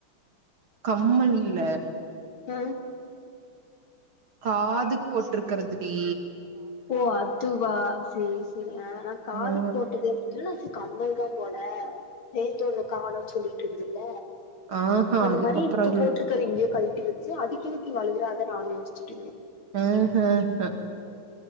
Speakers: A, on the right; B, on the left.
A: கம்மல்ல
B: அ
A: காதுக் போட்டிருக்கதுடி
B: ஓ அதுவா செரி செரி ஆ நா காதுக்கு
A: ஆ
B: போட்டுகறுதுனு ச கம்மல் தா போல நேத்தொன்னு காணோன் சொல்லிட் ட்ருந்தில்ல
A: ஆஹா
B: அந்த
A: அதுக்கப்புறோ
B: மாரி இப்ப
A: அது
B: போட்ருக்கறது எங்கயோ கழ்ன் ருச்சு அதுக்கு எதுக்கு இவ அழுகுறா அதா நானு யோசிச்சிட்ருந்தே.
A: ம் ஹூ ஹ